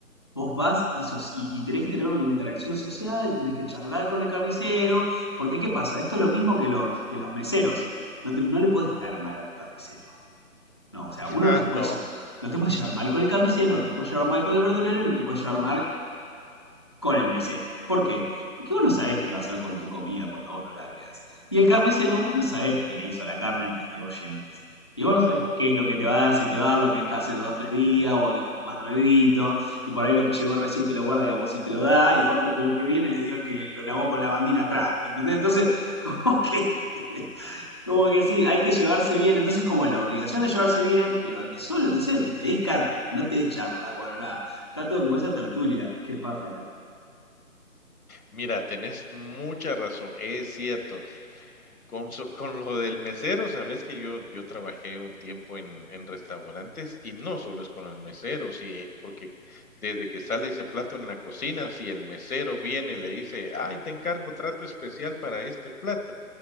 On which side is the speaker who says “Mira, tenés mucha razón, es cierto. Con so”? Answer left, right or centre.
Left